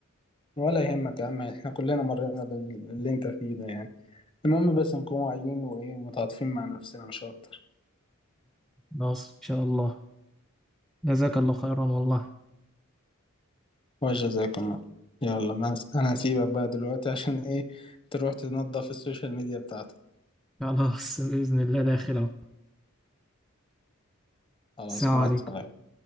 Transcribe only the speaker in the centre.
خلاص إن شاء الله جزاك الله خيرا والله
خلاص بإذن الله داخل أهو
السلام
عليكم